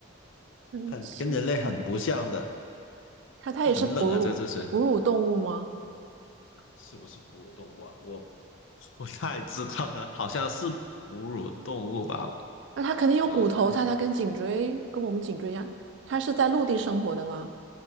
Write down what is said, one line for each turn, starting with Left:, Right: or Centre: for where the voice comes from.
Right: 很奇怪，
Left: 很跟人类很不像的，
Right: 它它也是哺乳哺乳动物吗？
Left: 很冷啊，这这是是不是哺乳动物啊？我不太知道呢，好像是哺乳动物吧？
Right: 那它肯定有骨头，
Left: 我看一
Right: 它它跟颈椎跟我们颈椎一样，它是在陆地生活的吗？